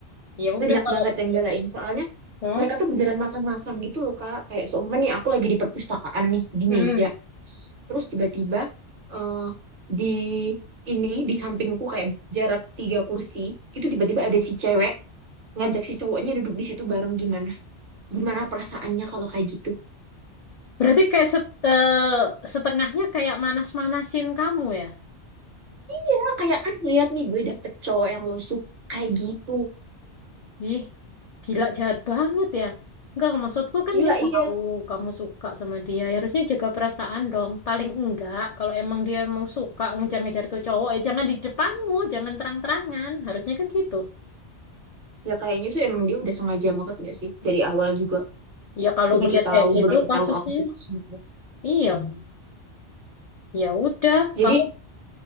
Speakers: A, on the left (about 75°); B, on the right (about 55°).
A: ya udah
B: banyak
A: kalau
B: banget yang belain soalnya
A: oh
B: mereka tuh beneran masang-masang gitu loh kak kayak seumpama nih aku lagi di perpustakaan nih di
A: mm.
B: meja terus tiba-tiba eh, di ini di sampingku kayak jarak tiga kursi itu tiba-tiba ada si cewek ngajak si cowoknya duduk di situ bareng gimana gimana perasaannya kalau kayak gitu
A: berarti kayak set- eh, setengahnya kayak manas-manasin kamu ya
B: ya kayak ah lihat nih gue dapet cowok yang lo suka kayak gitu
A: Ih, gila jahat banget ya. Enggak, maksudku kan
B: gila
A: dia tahu
B: iya
A: kamu suka sama dia. ya harusnya jaga perasaan dong. Paling enggak, kalau emang dia emang suka ngejar-ngejar itu cowok, ya jangan di depanmu, jangan terang-terangan. Harusnya kan gitu.
B: ya kayaknya sih emang dia udah sengaja banget gak sih dari awal juga
A: Ya kalau
B: begitu
A: ngelihat
B: tahu
A: kayak gitu
B: begitu
A: kasusnya,
B: tahu aku suka sama dia
A: iya, ya udah,
B: jadi
A: kamu